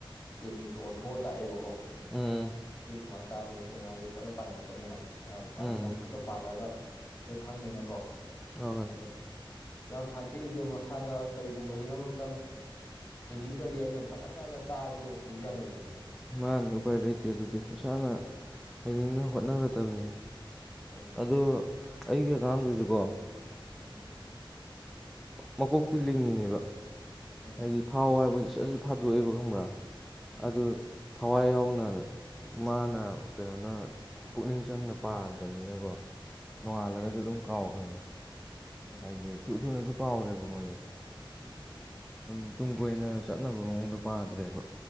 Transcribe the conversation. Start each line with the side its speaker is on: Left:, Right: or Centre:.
Left: ꯇꯦꯛꯅꯤꯛꯇꯣ ꯑꯣꯟꯊꯣꯛꯑ ꯇꯥꯛꯑꯦꯕꯀꯣ
Centre: ꯎꯝ
Left: ꯃꯁꯤ ꯁꯨꯃꯥꯏꯅ ꯇꯥꯔꯗꯤ ꯃꯁꯤ ꯑꯉꯥꯡꯁꯦ ꯁꯣꯏꯅ ꯄꯥꯅꯤꯡꯉꯛꯀꯅꯤꯅ ꯑꯅꯤ
Centre: ꯎꯝ
Left: ꯅꯝꯐꯨꯗ ꯄꯥꯜꯂꯒ ꯁꯣꯏ ꯈꯪꯅꯤꯅꯀꯣ
Centre: ꯍ ꯍꯣꯏ
Left: ꯑꯗꯣ ꯌꯥꯝ ꯁꯥꯊꯤꯁꯦ ꯃꯁꯥꯗ ꯀꯔꯤꯒꯨꯝꯕ ꯍꯤꯔꯝ ꯑꯃꯇꯪ ꯍꯩꯅꯤꯡꯗ꯭ꯔꯗꯤ ꯑꯩꯅ ꯐꯖꯅ ꯌꯥꯝꯅ ꯇꯥꯑꯁꯨ ꯍꯌꯨ ꯌꯥꯗꯧꯖꯤꯅꯦ
Centre: ꯃꯥꯅ ꯎꯄꯥꯏ ꯂꯩꯇꯦ ꯑꯗꯨꯗꯤ ꯃꯁꯥꯅ ꯍꯩꯅꯤꯡꯅ ꯍꯣꯠꯅꯒꯗꯕꯅꯤ
Left: ꯎꯝ
Centre: ꯑꯗꯨ ꯑꯩꯒꯤ ꯑꯉꯥꯡꯗꯨꯁꯨꯀꯣ
Left: ꯎꯝ
Centre: ꯃꯀꯣꯛꯇꯤ ꯂꯤꯡꯉꯤꯅꯦꯕ
Left: ꯎꯝ
Centre: ꯍꯥꯏꯗꯤ ꯐꯥꯎ ꯍꯥꯏꯕꯗꯤ ꯁꯠꯁꯠ ꯐꯥꯗꯣꯛꯑꯦꯕ ꯈꯪꯕ꯭ꯔꯥ
Left: ꯎꯝ
Centre: ꯑꯗꯨ ꯊꯋꯥꯏ ꯌꯥꯎꯅ ꯃꯥꯅ ꯀꯩꯅꯣꯅ ꯄꯨꯛꯅꯤꯡ ꯆꯪꯅ ꯄꯥꯗ꯭ꯔꯕꯅꯤꯅꯀꯣ
Left: ꯎꯝ
Centre: ꯅꯣꯡꯉꯥꯜꯂꯒꯁꯨ ꯑꯗꯨꯝ ꯀꯥꯎꯈ꯭ꯔꯅꯤ
Left: ꯎꯝ
Centre: ꯍꯥꯏꯗꯤ ꯊꯨ ꯊꯨꯅꯁꯨ ꯀꯥꯎꯔꯦꯕ ꯃꯣꯏꯗꯣ
Left: ꯎꯝ
Centre: ꯑꯗꯨꯝ ꯀꯣꯏꯅ ꯆꯠꯅꯕ ꯃꯑꯣꯡꯗ ꯄꯥꯗ꯭ꯔꯦꯕ